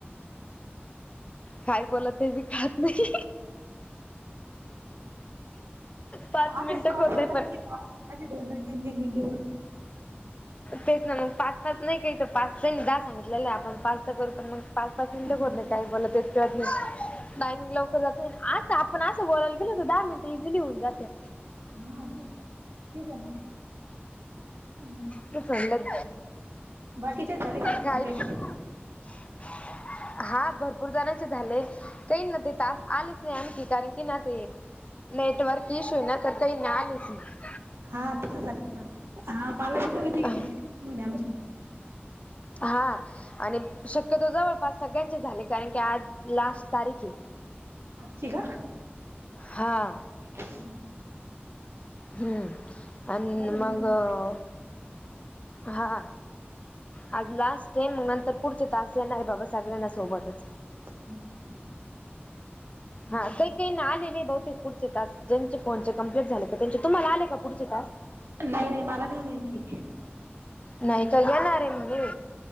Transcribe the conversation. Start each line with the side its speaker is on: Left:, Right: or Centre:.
Left: काय बोललं ते बी कळत नाही. पाच
Right: आसेच
Left: मिनिटं
Right: कॉल
Left: होतंय
Right: करून
Left: पण
Right: <inaudible> माझे दोन दोन तीन तीन दिवस
Left: तेच ना मंग पाच पाच नाही काही तर पाच त्यांनी दहा सांगितलेलं आपण पाच तर करतो ना मंग. पाच पाच मिनिटं
Right: हा
Left: बोलले काही बोललं ते. कळत नाही टायमिंग लवकर जात नाही ना‌ आसं आपण आसं बोलायला गेलो तर दहा मिनिट इझिली होऊन जात्यात.
Right: हा तेच तेच आहे ना मग हम्म‌
Left: तेच म्हणलं
Right: बाकीचे झाले काय कम्प्लीट.
Left: काही <inaudible> हा भरपूर जणांचे झाले काहींना ते टास्क आलेच नाही आणखी कारण की ना ते नेटवर्क इश्यू आहे ना तर काहींना आलेच नाही.
Right: हा तसं झालं ना हा मला ही दोघी
Left: नाही
Right: तिघी <inaudible> आमची
Left: हा आणि शक्यतो जवळपास सगळ्यांचे झाले कारण की आज लास्ट तारीख आहे.
Right: आजची का
Left: हा
Right: हम्म हम्म
Left: हम्म अन
Right: बरं होऊन
Left: मग
Right: जाईल
Left: अ हा आज लास्ट डे मग नंतर पुढचे टास्क येणार आहे बाबा सगळ्यांना सोबतच
Right: हो का हम्म.
Left: हा काही काही ना आलेले आहे बहुतेक पुढचे तास ज्यांचे फोनचे कमप्लीट झाले का त्यांचे तुम्हाला आले का पुढचे तास?
Right: नाही नाही मला नाही आले आणखी.
Left: नाही तर येणार आहे म्हणे.